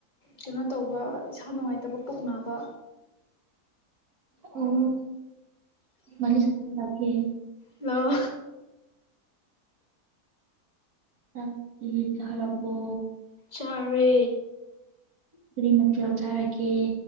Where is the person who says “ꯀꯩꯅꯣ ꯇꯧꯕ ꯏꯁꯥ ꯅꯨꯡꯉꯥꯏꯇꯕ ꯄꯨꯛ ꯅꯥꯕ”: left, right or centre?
Left